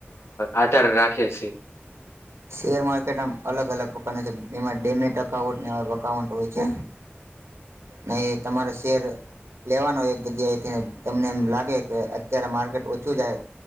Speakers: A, on the left; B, on the right.
A: આધાર રાખે છે
B: શેર માર્કેટમ અલગ અલગ પ્રકાર છે જેમાં ડેમે ટ અકાઉટ એવા અકાઉન્ટ હોય છે નહી તમારે શેર લેવાનો એક જગ્યાએથી તમને એમ લાગે કે અત્યારે માર્કેટ ઓછું જાય